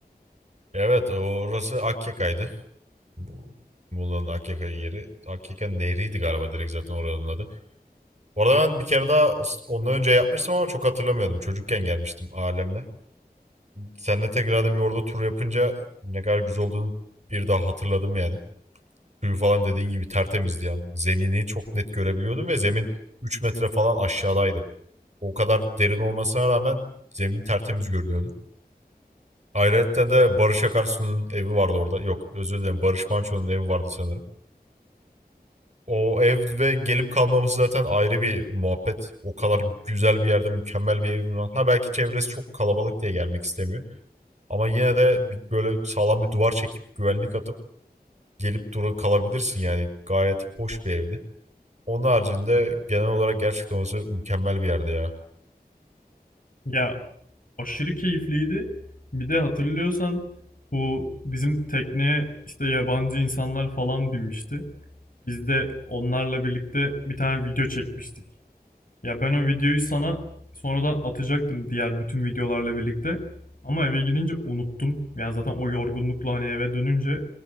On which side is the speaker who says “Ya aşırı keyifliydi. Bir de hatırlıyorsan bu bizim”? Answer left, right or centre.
Left